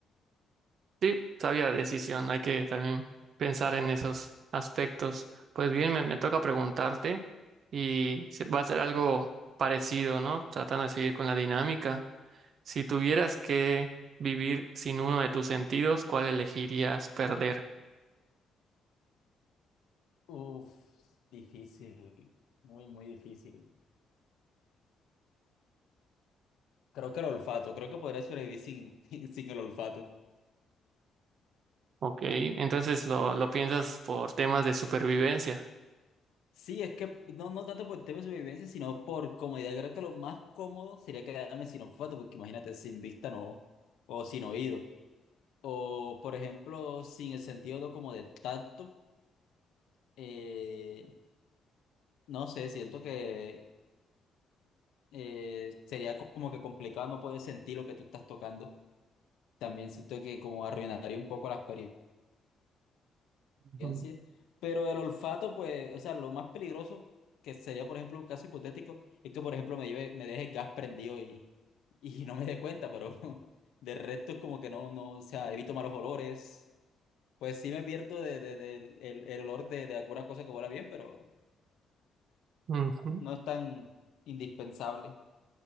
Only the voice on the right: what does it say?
Sí, sabia decisión, hay que también pensar en esos aspectos. Pues bien, me, me toca preguntarte y se- va a ser algo parecido, ¿no? Tratando de seguir con la dinámica. Si tuvieras que vivir sin uno de tus sentidos, ¿cuál elegirías perder?
Ok, entonces lo, lo piensas por temas de supervivencia.
Ujú.
Ujú.